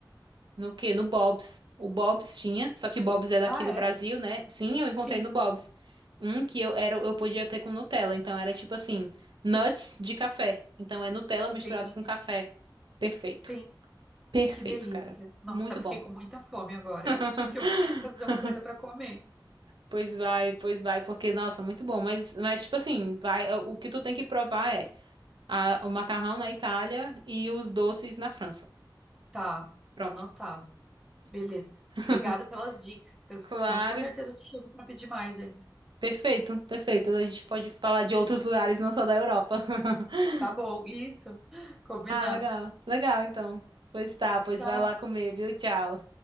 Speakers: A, on the right; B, in the centre.
A: No quê? No Bob's. O Bob's tinha, só que o Bob's é daqui
B: Ah,
A: do
B: é?
A: Brasil, né? Sim, eu encontrei
B: Sim,
A: no Bob's. Um que eu era, eu podia ter com Nutella, então era tipo assim, nuts de café. Então é Nutella misturado
B: entendi.
A: com café. Perfeito.
B: Sim,
A: Perfeito,
B: que delícia.
A: cara.
B: Nossa,
A: Muito
B: eu fiquei
A: bom.
B: com muita fome agora.
A: <laughs>
B: <laughs> Acho que eu vou ter que fazer uma coisa para comer.
A: Pois vai, pois vai, porque nossa, muito bom, mas mas tipo assim, vai, é, o que tu tem que provar é a- o macarrão na Itália e os doces na França.
B: Tá,
A: Pronto.
B: anotado. Beleza.
A: <laughs>
B: Obrigada pelas dicas,
A: Claro,
B: mas com certeza eu te chamo para pedir mais ainda.
A: Perfeito, perfeito. A gente pode falar de outros lugares, não só da Europa. <laughs>
B: Tá bom, isso. <laughs> Combinado.
A: Ah, legal. Legal, então. Pois tá, pois
B: Tchau.
A: vai lá comer, viu? Tchau.